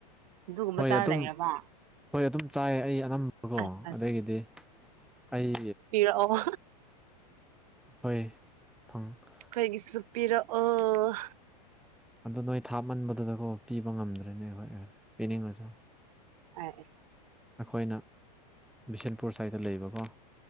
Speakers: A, on the right (about 65°); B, in the centre.
A: ꯑꯗꯨꯒꯨꯝꯕ
B: ꯍꯣꯏ
A: ꯆꯥꯔ
B: ꯑꯗꯨꯝ
A: ꯂꯩꯔꯕ
B: ꯍꯣꯏ ꯑꯗꯨꯝ ꯆꯥꯏ ꯑꯩ ꯑꯅꯝꯕꯀꯣ
A: ꯑꯁ ꯑꯁ
B: ꯑꯗꯒꯤꯗꯤ ꯑꯩ
A: ꯑꯣ
B: ꯍꯣꯏ ꯐꯪꯈ꯭ꯔꯦ
A: ꯀꯩꯒꯤꯁꯨ ꯄꯤꯔꯛꯑꯣ
B: ꯑꯗꯨꯗ ꯅꯣꯏ ꯊꯥꯃꯟꯕꯗꯨꯗꯀꯣ ꯄꯤꯕ ꯉꯝꯗ꯭ꯔꯦꯅꯦ ꯑꯩꯈꯣꯏ ꯄꯤꯅꯤꯡꯉꯁꯨ
A: ꯎ
B: ꯑꯩꯈꯣꯏꯅ ꯕꯤꯁꯦꯟꯄꯨꯔ ꯁꯥꯏꯇ ꯂꯩꯕꯀꯣ